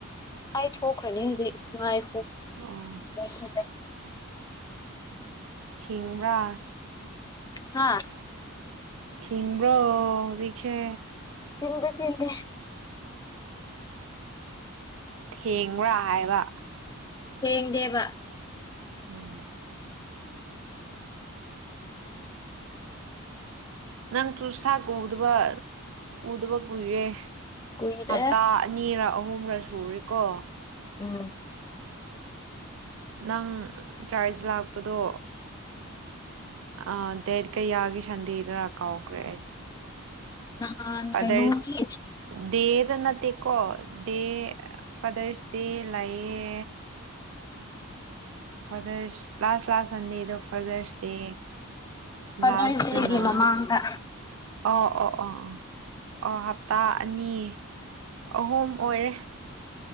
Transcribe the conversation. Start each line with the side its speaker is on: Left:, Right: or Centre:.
Left: ꯑꯩ ꯊꯣꯛꯈ꯭ꯔꯅꯤ ꯍꯧꯖꯤꯛ ꯉꯥꯏꯈꯣꯛ
Right: ꯑꯣ
Left: ꯂꯣꯏꯁꯤꯜꯂ
Right: ꯊꯤꯡꯕ꯭ꯔꯥ
Left: ꯍꯥ
Right: ꯊꯤꯡꯕ꯭ꯔꯣ ꯍꯧꯖꯤꯛ ꯆ
Left: ꯆꯤꯟꯗ ꯆꯤꯟꯗ
Right: ꯊꯦꯡꯕ꯭ꯔꯥ ꯍꯥꯏꯕ
Left: ꯊꯦꯡ ꯗꯦꯕ
Right: ꯎꯝ ꯅꯪ ꯆꯨꯁ ꯀꯗꯕ ꯎꯗꯕ ꯀꯨꯏꯔꯦ
Left: ꯀꯨꯏꯔꯦ
Right: ꯍꯞꯇꯥ ꯑꯅꯤꯔ ꯑꯍꯨꯝꯔ ꯁꯔꯤꯀꯣ
Left: ꯎꯝ
Right: ꯅꯪ ꯆꯥꯔꯖ ꯂꯥꯛꯄꯗꯣ ꯑ ꯗꯦꯠ ꯀꯌꯥꯒꯤ ꯁꯟꯗꯤꯗꯔ ꯀꯥꯎꯈ꯭ꯔꯦ
Left: ꯅꯍꯥꯟ
Right: ꯑꯗꯔꯁ
Left: ꯀꯩꯅꯣꯒꯤ
Right: ꯗꯦ ꯁꯤꯗ ꯅꯠꯇꯦꯀꯣ ꯗꯦ ꯐꯥꯗꯔꯁ ꯗꯦ ꯂꯥꯛꯑꯦ ꯐꯗꯔꯁ ꯂꯥꯁ ꯂꯥꯁ ꯁꯟꯗꯦꯗꯣ ꯐꯥꯗꯔꯁ ꯗꯦ
Left: ꯐꯥꯗꯔꯁ
Right: ꯂꯥꯁꯇꯅ
Left: ꯗꯦꯒꯤ ꯃꯃꯥꯡꯗ
Right: ꯑ ꯑꯣ ꯑ ꯑ ꯑꯣ ꯍꯞꯇꯥ ꯑꯅꯤ ꯑꯍꯨꯝ ꯑꯣꯏꯔꯦ